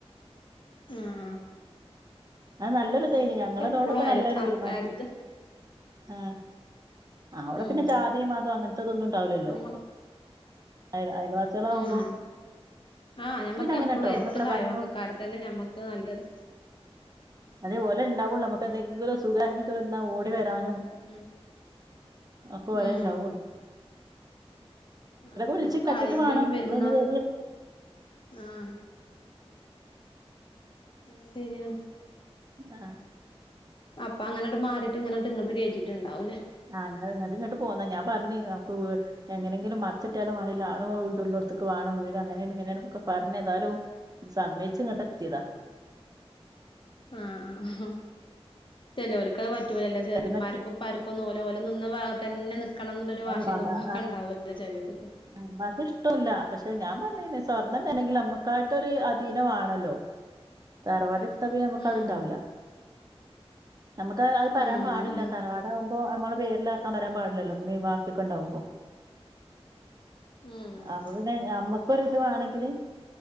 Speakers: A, on the left; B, on the right.
A: ആഹ് ആഹ്
B: അത് നല്ലൊരിതേനി
A: ഉം ഞമ്മക്ക്
B: ഞങ്ങളതോടൊക്കെ
A: എപ്പളും അയലത്ത്
B: നല്ലൊരു
A: ആഹ്
B: പെരുമാറ്റം
A: അയലത്ത്
B: ആഹ് അവിടെ
A: ഉം
B: പിന്നെ ജാതീം മാതോം അങ്ങനത്തേതൊന്നും ഉണ്ടാവില്ലല്ലോ
A: നമ്മ
B: അയൽ അയൽവാസിയാളവു
A: ഉം ആഹ് ഞമ്മക്ക്
B: അങ്ങനെട്ടോ
A: എപ്പളും
B: നമ്മള്
A: എടുത്തുള്ള
B: പ്രഭാതങ്ങൾ
A: അയൽവക്കക്കാരത്തന്നെ ഞമ്മക്ക് നല്ലത്
B: അതേ ഓലെ ഉണ്ടാവൊള്ളൂ നമ്മക്ക് എന്തെങ്കിലൊസുഖോം കാര്യൊക്കെ വന്ന ഓടി വരാനും
A: ഉം
B: ഒക്കെ ഓലെ
A: ഉം
B: ഉണ്ടാവൊള്ളൂ
A: ആഹ്
B: വിളിച്ചിണ്ടാക്കിട്ട്
A: നമ്മക്ക് ആരെങ്കിലൊരുവെന്നാന്ന്
B: വേണം നമ്മളൊന്ന് വരി
A: ആഹ് അയ്ശെരിയാണ്
B: ആഹ്
A: അപ്പങ്ങനട്ട് മാറീട്ട് ഇങ്ങനട്ട് ഇങ്ങട്ട് കേറ്റീട്ട്ണ്ടാവും ഇല്ലേ
B: ആഹ് എന്നട്ട് ഇങ്ങട്ട് പോന്നാ ഞാൻ പറഞ്ഞ് നമുക്ക് വീ എങ്ങനെങ്കിലും മറിച്ചിട്ടാലും വേണ്ടില്ല ആളും ഇതും ഉള്ളോടുത്തക്ക് വാണം വീട് അങ്ങനെണിങ്ങനേണ്ന്നൊക്കെ പറഞ്ഞ് ഏതാലും സമയിച്ചിങ്ങട്ട് എത്തിയതാ
A: ആഹ് ആഹ് ചെലോർക്ക് അത് പറ്റൂലല്ലോ
B: പെട്ടെന്ന്
A: ഇമ്മാർക്കും ഇപ്പാര്ക്കൊന്നും ഓല് ഓലെ നിന്ന ഭാഗത്തന്നെ നിക്കണംന്നുള്ളൊരു
B: ആ
A: വാശിം കുറുമ്പൊ ക്കെണ്ടാവൂല്ലോ ചെലോര്ക്ക്
B: ഇമ്മാക്ക് ഇഷ്ട്ടൊല്ല പക്ഷെ ഞാൻ പറഞ്ഞിനി സ്വർണ്ണം തരണെങ്കി ഞമ്മക്കായിട്ടൊരു അധീനം വാണല്ലോ തറവാടെട്ത്താ പിന്നെ ഞമ്മക്കത്ണ്ടാവൂല
A: ഉം
B: ഞമ്മക്ക പറയാൻ
A: ഉം
B: പാടില്ല തറവാടാകുമ്പോ അമ്മളെ പേരിലാക്കാൻ പറയാൻ പാടില്ലല്ലോ ഇമ്മീം വാപ്പെക്കെണ്ടാവുമ്പോ
A: ഉം
B: അപ്പൊ പിന്നെ ഞമ്മക്കൊരിത് വാണെങ്കില്